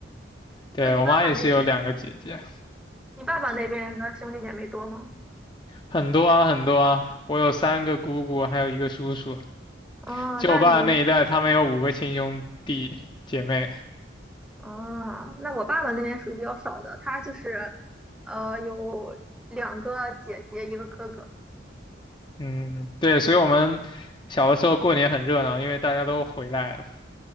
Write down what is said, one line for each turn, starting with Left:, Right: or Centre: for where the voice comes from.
Left: 对，
Centre: 那你爸爸那边，
Left: 我妈也是有两个姐姐，
Centre: 你爸爸那边的兄弟姐妹多吗？
Left: 很多啊，很多啊，我有三个姑姑，还有一个叔叔。
Centre: 哦，
Left: 就我爸那一代，
Centre: 那你，
Left: 他们有五个亲兄弟姐妹。
Centre: 哦，那我爸爸那边属于比较少的，他就是，呃，有两个姐姐，一个哥哥。
Left: 嗯，对，所以我们小的时候过年很热闹，因为大家都回来了。